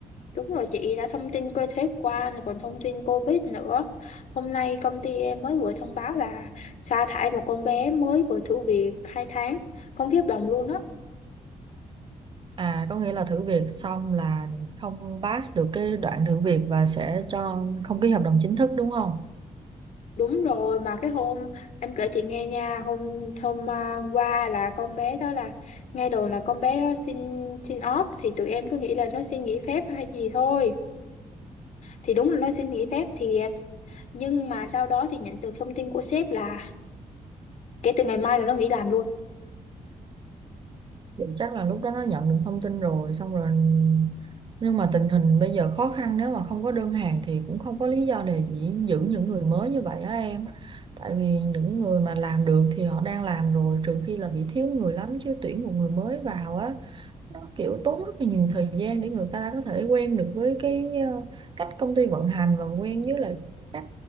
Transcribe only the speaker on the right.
À có nghĩa là thử việc xong là không pass được cái đoạn thử việc và sẽ cho không ký hợp đồng chính thức đúng không?
thì chắc là lúc đó nó nhận được thông tin rồi xong rồi nhưng mà tình hình bây giờ khó khăn nếu mà không có đơn hàng thì cũng không có lý do để dĩ- giữ những người mới như vậy á em tại vì những người mà làm được thì họ đang làm rồi trừ khi là bị thiếu người lắm chứ tuyển một người mới vào á nó kiểu tốn rất là nhiều thời gian để người ta có thể quen được với cái ờ, cách công ty vận hành và quen với lại các